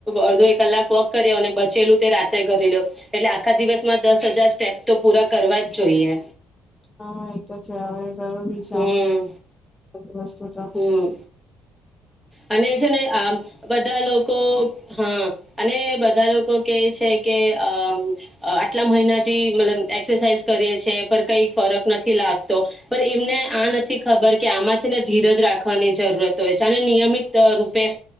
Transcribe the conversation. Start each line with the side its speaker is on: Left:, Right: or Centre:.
Centre: અડધો એક કલાક વોક કર્યો બચેલું તે રા ઘરે લો એટલે આખા દિવસમાં દસ હજાર સ્ટેપ તો પૂરા કરવા જ જોઈએ
Left: હા એતો છે હવે જરૂરી શ
Centre: હમ
Left: વસ્ત હજ
Centre: હમ અને છે ને આ બધા લોકો હા અને બધા લોકો કે છે કે અ આટલા મહિના થી મતલબ એક્સરસાઝ કરીે છે પર કઈ ફરક નથી લાગતો પણ એમને આ નથી ખબર કે આમાં છે ને ધીરજ રાખવાની જરૂરત હોય છે અને નિયમિત રૂપે